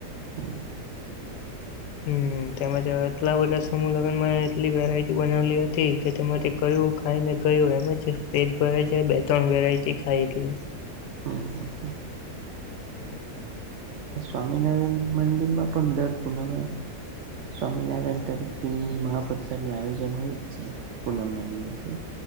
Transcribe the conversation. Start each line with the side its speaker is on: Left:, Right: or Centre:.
Right: હા.
Left: હમ, તેમજ એટલા બધા શ લગનમાં એટલી વેરાયટી બનાવલી હતી કે તેમાં કયું ખાઈને ક્યું એમજ પેટ ભરે છે, બે-ત્રણ વેરાયટી ખાય એટલે.
Right: હા, હા, હા.
Left: હમ.
Right: સ્વામિનારાયણ મંદિર માં પણ દર પૂનમે સ્વામિનારાયણ તરફ થી મહાપ્રસાદ નું આયોજન હોય જ છે, પૂનમ ના દિવસે.